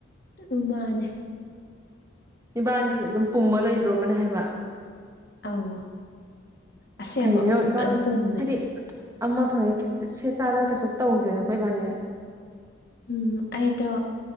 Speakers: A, on the left; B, on the right.
A: ꯎꯝ ꯃꯥꯅꯦ
B: ꯏꯕꯥꯅꯤ ꯑꯗꯨꯝ ꯄꯨꯝꯃ ꯂꯩꯗ꯭ꯔꯣꯕꯅꯦ ꯍꯥꯏꯕ
A: ꯑꯧ ꯑꯁꯦꯡꯕ
B: ꯀꯩꯅꯣ
A: ꯐꯥꯅ
B: ꯏꯕꯥꯅꯤ
A: ꯄꯨꯝꯃꯦ
B: ꯍꯥꯏꯗꯤ ꯑꯃ ꯐꯪꯉꯦ ꯁꯦꯠ ꯆꯥꯗꯅ ꯀꯩꯁꯨ ꯇꯧꯗꯦꯅꯀꯣ ꯏꯕꯥꯅꯤꯗꯤ
A: ꯎꯝ ꯑꯩꯗꯣ